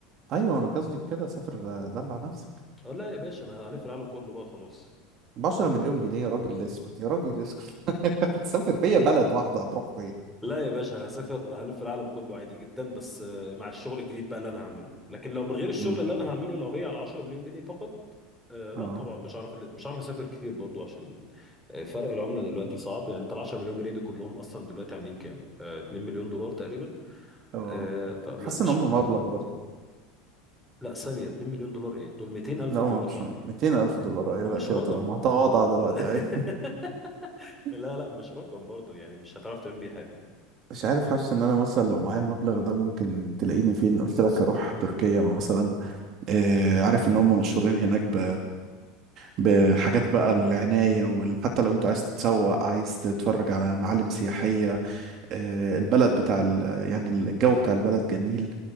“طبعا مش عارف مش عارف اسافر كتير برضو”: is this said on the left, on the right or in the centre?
Centre